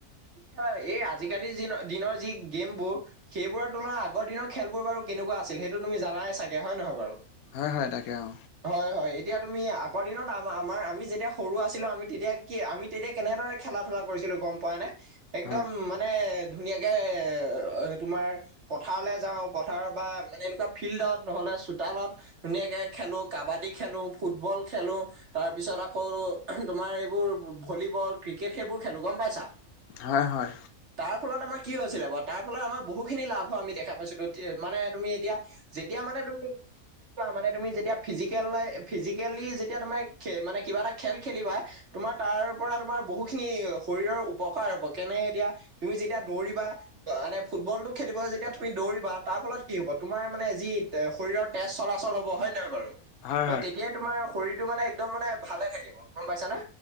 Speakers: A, on the right (about 50°); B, on the left (about 80°).
A: হয়। এই আজিকালি যি দিনৰ যি গেমবোৰ সেইবোৰৰ তুলনাত আগৰ দিনৰ খেলবোৰ বাৰু কেনেকুৱা আছিল, সেইটো তুমি জানাই চাগে হয় নহয় বাৰু?
B: হয় হয় তাকে অ।
A: হয় হয়। এতিয়া তুমি আগৰ দিনত আম আমাৰ আমি যেতিয়া সৰু আছিলো আমি তেতিয়া কি আমি তেতিয়া কেনেদৰে খেলা ধলা কৰিছিলো গম পোৱা নে? একদম
B: হয়
A: মানে ধুনীয়াকে তোমাৰ পথাৰলৈ যাওঁ পথাৰত। বা মানে এনেকুৱা ফিল্ডত নহ'লে চোতালত। ধুনীয়াকে খেলো কাবাডী খেলো, ফুটবল খেলো। তাৰ পিছত আকৌ তোমাৰ এইবোৰ ভলীবল, ক্ৰিকেট সেইবোৰ খেলো। গম পাইছা?
B: হয় হয়।
A: তাৰ ফলত আমাৰ কি হৈছিলে বাৰ? তাৰ ফলত আমাৰ বহুখিনি লাভ হোৱা আমি দেখা পাইছিলো। মানে তুমি এতিয়া যেতিয়া মানে তুমি চোৱা মানে তুমি যেতিয়া ফিজিকেল ফিজিকেলি যেতিয়া তুমি খ মানে কিবা এটা খেল খেলিবা তোমাৰ তাৰ পৰা তোমাৰ বহুখিনি শৰীৰৰ উপকাৰ হব কেনে এতিয়া তুমি যেতিয়া দৌৰিবা মানে ফুটবল টো খেলিব যি এতিয়া তুমি দৌৰিবা তাৰ ফলত কি হ'ব তোমাৰ মানে যি এ শৰীৰৰ তেজ চলাচল হ'ব। হয় নে নহয় বাৰু?
B: হয়
A: অ
B: হয়
A: তেতিয়াই তোমাৰ শৰীৰটো মানে একদম মানে ভালে থাকিব। গম পাইছা নে?